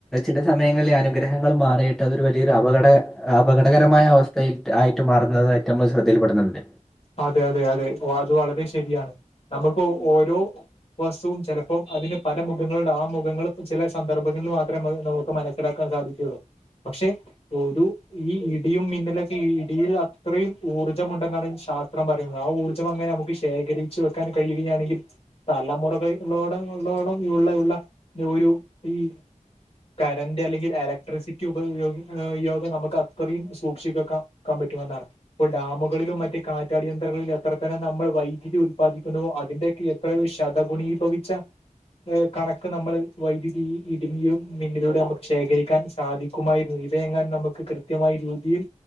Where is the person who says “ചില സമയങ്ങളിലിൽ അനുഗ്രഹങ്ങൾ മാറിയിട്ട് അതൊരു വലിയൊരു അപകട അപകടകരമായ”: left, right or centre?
Centre